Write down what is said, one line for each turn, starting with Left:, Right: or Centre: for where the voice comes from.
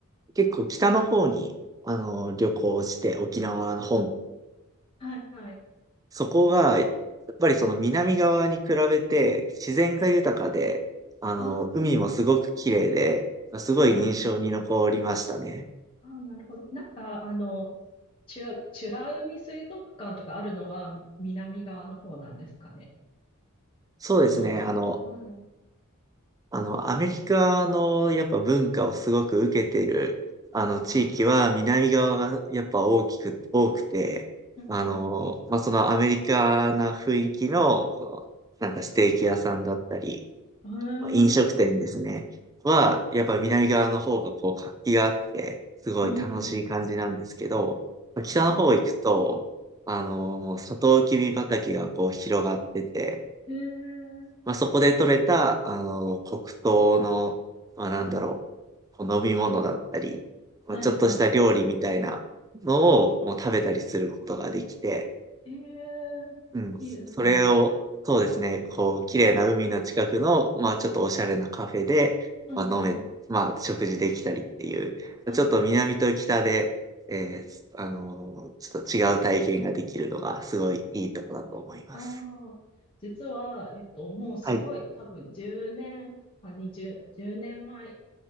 Right: 結構北の方に、あの、旅行して、沖縄の本。
Left: はいはい。
Right: そこが、やっぱりその南側に比べて自然が豊かで、あの、
Left: あー、
Right: 海もすごく綺麗で、すごい印象に残りましたね。
Left: はい。あー、なるほど。なんか、あの、チュラ、美ら海水族館とかあるのは南側の方なんですかね。
Right: そうですね。
Left: ご存知ですかうん。
Right: あの、あの、アメリカのやっぱ文化をすごく受けている、あの、
Left: ああ
Right: 地域は南側がやっぱ大きく、多くて、あの、
Left: うんうん
Right: まあ、そのアメリカな雰囲気の、この、なんかステーキ屋さんだったり、
Left: うん。
Right: 飲食店ですね、
Left: へえ
Right: は、やっぱ南側の方がこう活気があって、すごい楽しい感じなんですけど、
Left: うんうん。ああ
Right: 北の方行くと、あの、もうサトウキビ畑がこう広がってて、
Left: へえ
Right: まあ、そこで採れた、あの、黒糖の、まあ、なんだろう、こう飲み物だったり、まあ、
Left: はいはい。
Right: ちょっとした料理みたいなのをもう食べたりすることができて、
Left: ええ
Right: うん、
Left: いいですね。
Right: それを、そうですね、こう、綺麗な海の近くの、まあ、ちょっとおしゃれなカフェで、
Left: うんうん。
Right: まあ、飲め、まあ、食事できたりっていう、
Left: あ
Right: ちょっと南と北で、えーあの、ちょっと違う体験ができるのがすごいいいとこだと思います。
Left: あああ実は、えっと、もうすごい、
Right: はい。
Left: 多分10年、あ、20、10年前